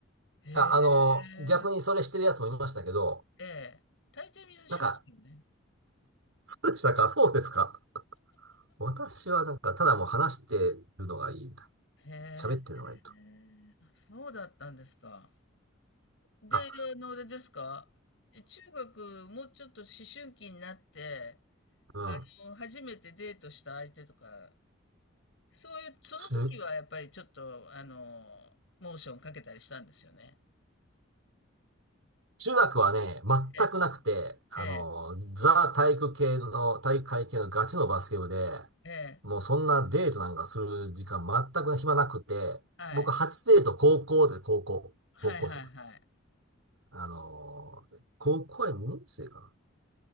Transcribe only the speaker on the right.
あ、あの、
逆にそれしてるやつもいましたけど、
なんか、そうでしたかそうですか私はなんか、ただもう話してるのがいいみたいな。
喋ってるのがいいと。
あ、
うん。
中
中学はね、全くなくて、
あの、
ザ体育系の、体育会系のガチのバスケ部で、
もうそんなデートなんかする時間全く暇なくて、
僕初デート高校で高校、
高校生の時です。あの、高校や2年生かな。